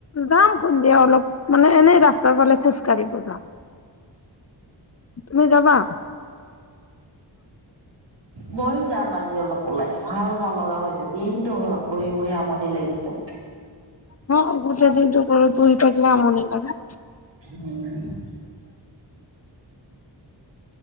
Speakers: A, on the left; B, on the right.
A: যাম খুন্দিয়া অলপ মানে এনেই ৰাস্তাৰ ফালে খোজঢ় কালি পূজা। তুমি যাবা
B: ময়ো যাম আজি অলপ ওলাই ভাল নলগা হৈছে দিনটো ঘৰত বহি বহি আমনি লাগিছে।
A: হ গোটেই দিনটো ঘৰত বহি থাকিলে আমনি লাগে
B: উম